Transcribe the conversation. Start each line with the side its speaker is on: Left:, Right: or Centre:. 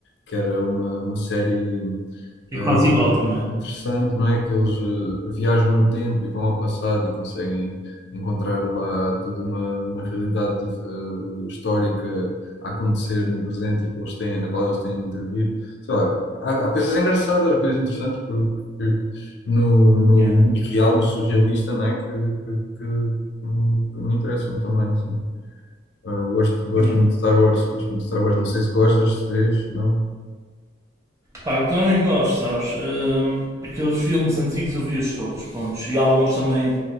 Left: que era uma, uma série
Right: É
Left: eh,
Right: quase
Left: também
Right: igual também.
Left: interessante, não é? Que eles eh, viajam no tempo e vão ao passado e conseguem encontrar lá toda uma, uma realidade dif- eh, histórica a acontecer no presente e que eles têm, na qual eles têm de intervir. Sei lá, há, há coisas engraçadas, coisas interessantes que, que- no, no,
Right: Yeah,
Left: no irreal, no surrealista, não é? Que, que, que, que me que me interessam também, sim. Eh, gosto, gosto
Right: yeah.
Left: muito de Star Wars, gosto muito de Star Wars. Não sei se gostas, se vês, não?
Right: Pá, eu também gosto, sabes? Hum, aqueles filmes antigos eu vi-os todos, pontos, e alguns também